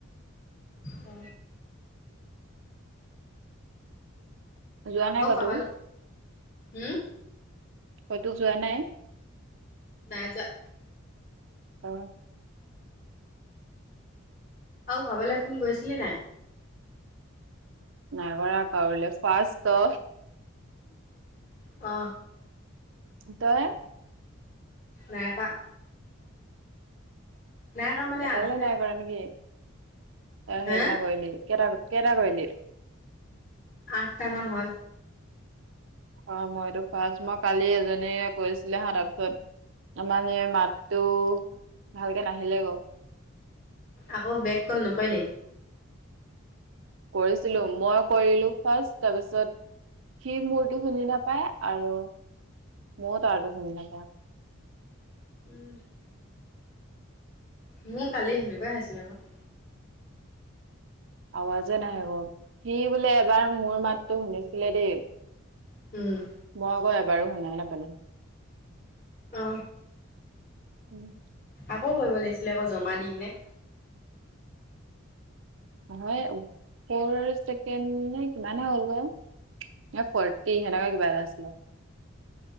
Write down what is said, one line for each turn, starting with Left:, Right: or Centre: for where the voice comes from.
Left: অ।
Right: যোৱা নাই
Left: অ
Right: কতো
Left: পাবাল উম।
Right: হয়তো যোৱা নাই।
Left: নাই যোৱা।
Right: অ।
Left: আৰু কাবালৈ ফোন কৰিছিলি নাই?
Right: নাই কৰাৰ আকালে ফাৰ্ষ ত
Left: অ।
Right: তই
Left: নাই কৰা। নাই কৰা মানে
Right: এটালৈ
Left: আজি
Right: নাই কৰা নেকি, অ
Left: হে
Right: সেইদিনা কৰিলি কেইটা কেইটা কৰিলি?
Left: আঠটাামান হ'ল।
Right: অ মই এটো ফাৰ্ষ্ট। মই কালি এজনীয়ে কৈছিলে হা পিছত মানে মাতটো ভালকে নাহিলে গ
Left: আকৌ বেগ কল নকৰিলি?
Right: কৰিছিলো। মই কৰিলো ফাৰ্ষ্ট, তাৰপিছত সি মোৰতো শুনি নাপায়, আৰু ময়ও তাৰতো শুনি নাপাওঁ।
Left: উম। মোৰ কালি সেনেকুৱাইে আহিছিলে আকৌ।
Right: আৱাজে নাহে <unintelligible> সি বোলে এবাৰ মোৰ মাতটো শুনিছিলে দেই।
Left: উম।
Right: মই আকৌ এবাৰো শুনাই নাপালো।
Left: অ।
Right: উম।
Left: আকৌ কৰিব লাগিছিলে আকৌ জমা দি কিনে।
Right: নহয় ওঠৰ ছেকেণ্ড নে কিমানহে হ'ল গৈ। ফৰ্টি সেনেকা কিবা এটা আছিলে।